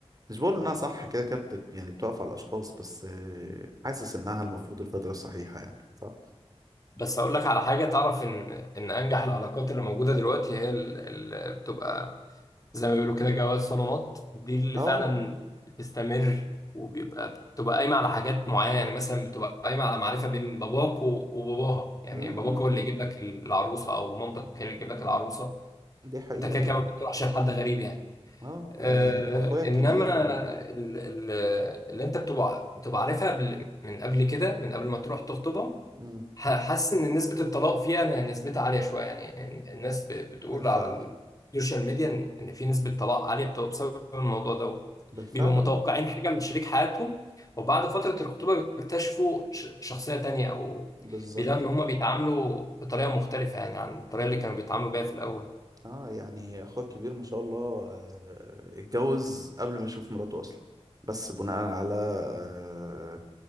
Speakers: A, on the right; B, on the left.
A: مش بقول إنها صح كده كده بت- يعني بتقف على الأشخاص بس آه، حاسس إنها المفروض الفترة الصحيحة يعني صح؟
B: بس اقول لك على حاجه تعرف ان ان انجح العلاقات اللي موجوده دلوقتي هي اللي بتبقى زي ما بيقولوا كده جواز صالونات دي اللي
A: اه
B: فعلا بتستمر وبيبقى بتبقى قايمة على حاجات معينة يعني مثلا بتبقى قايمة على معرفة بين باباك و- وباباها يعني
A: امم
B: باباك هو اللي يجيب لك العروسة أو مامتك هي اللي تجيب لك العروسة
A: دي حقيقة
B: أنت كده كده ما بتروحش لحد غريب يعني
A: اه
B: آه
A: آه، اخويا الكبير
B: إنما
A: آه،
B: ال- ال- اللي أنت بتبقى بتبقى عارفها بال- من قبل كده من قبل ما تروح تخطبها
A: مم،
B: ح- حاسس ان نسبة الطلاق فيها إن نسبتها عالية شوية يعني الناس ب- بتقول
A: بالفعل
B: على السوشيال ميديا ان إن في نسبة طلاق عالية بتبقى بسبب الموضوع ده
A: بالفعل
B: بيبقوا متوقعين حاجة من شريك حياتهم وبعد فترة الخطوبة بيكتشفوا ش- شخصية تانية او
A: بالظبط
B: بيلاقوا ان هما بيتعاملوا بطريقة مختلفة يعني عن الطريقة
A: مم.
B: اللي كانوا بيتعاملوا بيها في الاول
A: اه يعني اخوك الكبير ما شاء الله آه، اتجوز قبل ما يشوف مراته اصلا بس بناء على آه،